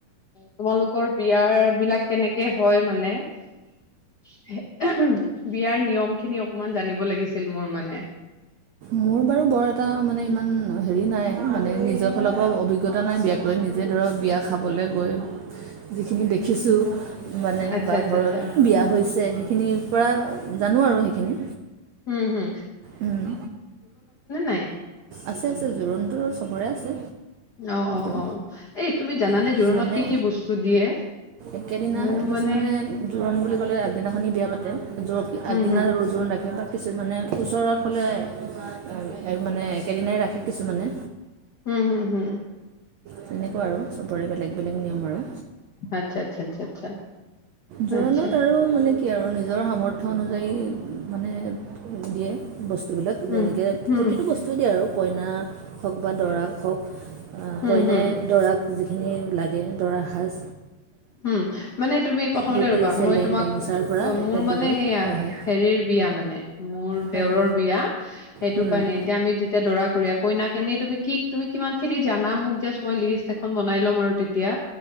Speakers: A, on the left; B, on the right.
A: তোমালোকৰ বিয়া বিলাক কেনেকে হয় মানে। বিয়াৰ নিয়ম খিনি অকমান জানিব লাগিছিল মোৰ মানে। অডিঅ'টো বুজি পোৱা নাই <unintelligible>
B: মোৰ বাৰু বৰ এটা মানে ইমান হেৰি নাই মানে নিজৰ ফালৰ পৰা অভিজ্ঞতা নাই বিয়াক লৈ নিজে ধৰক বিয়া খাবলৈ গৈ। যিখিনি দেখিছোঁ মানে
A: আচ্ছা
B: বা
A: আচ্ছা
B: ঘৰত
A: আচ্ছা
B: বিয়া হৈছে সেইখিনিৰ পৰা। জানো আৰু সেইখিনি।
A: উম হু
B: উম
A: নাই
B: আছে আছে জোৰোণটোো চবৰে আছে
A: অ অ
B: উ
A: অ এই তুমি জানানে
B: কিছুমানে
A: জোৰোণত কি কি বস্তু দিয়ে
B: একেদিনা
A: মোৰ
B: কিছুমানে
A: মানে
B: জোৰোণ বুলি ক'লে আগদিনাখনি বিয়া পাতে
A: উম
B: আগদিনা
A: হুম
B: ৰ জোৰোণ ৰাখে বা। কিছুমানে। ওচৰত হ'লে মানে একেদিনাই ৰাখে কিছুমানে।
A: উম হম হম
B: তেনেকুৱা আৰু চবৰে বেলেগ বেলেগ নিয়ম আৰু
A: আচ্ছা আচ্ছা আচ্ছা আচ্ছা
B: জোৰোণত
A: আচ্ছা।
B: আৰু মানে কি আৰু নিজৰ সামৰ্থ্য অনুযায়ী মানে। দিয়ে। বস্তুবিলাক যেনেকৈ
A: উম হুম
B: প্ৰতিটো বস্তুৱে দিয়ে আৰু। কইনা হওক বা দৰাক হওক
A: হুম
B: কইনা
A: হুম
B: দৰাক। যিখিনি লাগে দৰা সাজ।
A: উম মানে তুমি প্ৰথমতে
B: ধুতি
A: ৰবা
B: চেলেং
A: মই তোমাক
B: গামোচাৰ পৰা
A: মোৰ
B: আদি
A: মানে
B: কৰি
A: সেয়া
B: হয়
A: হেৰিৰ বিয়া মানে। মোৰ
B: হয়
A: দেউৰৰ বিয়া সেইটো
B: হয়
A: কাৰণে এতিয়া আমি যেতিয়া দৰা ঘৰি। কইনা কেনে তুমি কি তুমি কিমান খিনি জানা মোক জাষ্ট মই লিষ্ট। খন বনাই ল'ম আৰু তেতিয়া